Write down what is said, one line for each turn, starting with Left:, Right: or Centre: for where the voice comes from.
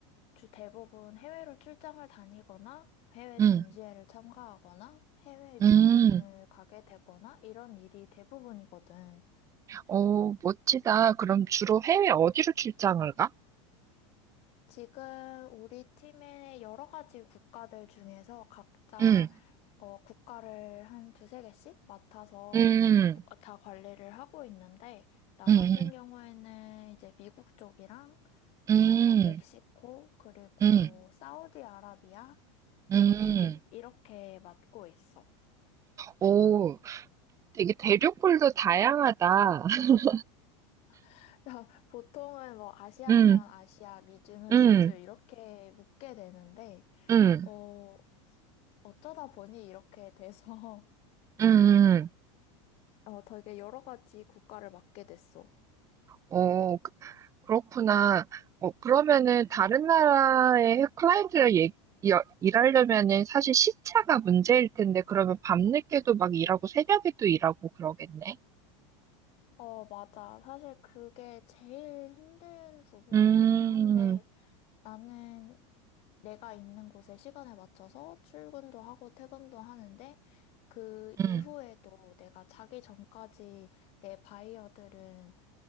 Left: 주 대부분 해외로 출장을 다니거나 해외
Right: 음,
Left: 전시회를 참가하거나 해외 미팅을
Right: 음.
Left: 가게 되거나 이런 일이 대부분이거든.
Right: 오, 멋지다. 그럼 주로 해외 어디로 출장을 가?
Left: 지금 우리 팀의 여러 가지 국가들 중에서 각자
Right: 음,
Left: 어, 국가를 한 두세 개씩 맡아서
Right: 음,
Left: 다 관리를 하고 있는데, 나
Right: 음,
Left: 같은 경우에는 이제 미국 쪽이랑
Right: 음,
Left: 어, 멕시코, 그리고
Right: 음,
Left: 사우디아라비아, 그리고
Right: 음.
Left: 독일 이렇게 맡고 있어.
Right: 오, 되게 대륙별로 다양하다. <laughs>
Left: <laughs> 보통은 뭐 아시아면
Right: 음,
Left: 아시아, 미주는
Right: 음,
Left: 미주 이렇게 묶게 되는데,
Right: 음,
Left: 어, 어쩌다 보니 이렇게 돼서
Right: 음, 음.
Left: 어, 되게 여러 가지 국가를 맡게 됐어.
Right: 오, 그- 그렇구나. 어, 그러면은 다른 나라의 클라이언트랑 얘- 여- 일하려면은 사실 시차가 문제일 텐데, 그러면 밤늦게도 막 일하고 새벽에도 일하고 그러겠네.
Left: 어, 맞아. 사실 그게 제일 힘든 부분이기는
Right: 음,
Left: 한데 나는 내가 있는 곳에 시간에 맞춰서 출근도 하고 퇴근도 하는데 그 이후에도
Right: 음,
Left: 내가 자기 전까지 내 바이어들은